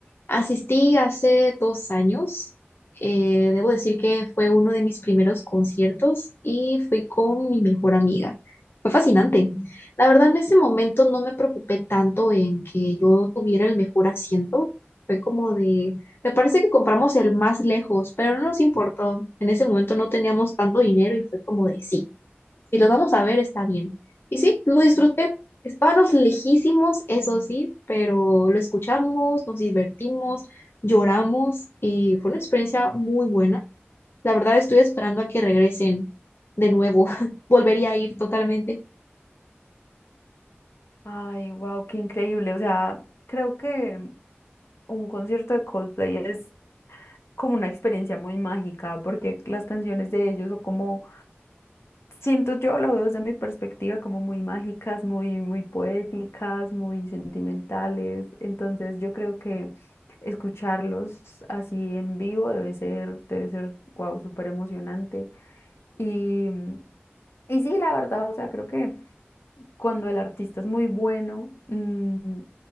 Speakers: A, on the left; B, on the left.
A: Asistí hace dos años. eh, debo decir que fue uno de mis primeros conciertos y fui con mi mejor amiga. Fue fascinante. La verdad, en ese momento no me preocupé tanto en que yo tuviera el mejor asiento. Fue como de, me parece que compramos el más lejos, pero no nos importó. En ese momento no teníamos tanto dinero y fue como de sí. Si los vamos a ver, está bien. Y sí, lo disfruté. Estábamos lejísimos, eso sí, pero lo escuchamos, nos divertimos, lloramos y fue una experiencia muy buena. La verdad, estoy esperando a que regresen de nuevo. <laughs> Volvería a ir totalmente.
B: Ay, wow, qué increíble. O sea, creo que un concierto de Coldplay es como una experiencia muy mágica porque las canciones de ellos son como Siento yo, lo veo desde mi perspectiva, como muy mágicas, muy, muy poéticas, muy sentimentales. Entonces yo creo que escucharlos así en vivo debe ser, debe ser, wow, súper emocionante. Y, y sí, la verdad, o sea, creo que cuando el artista es muy bueno, mm,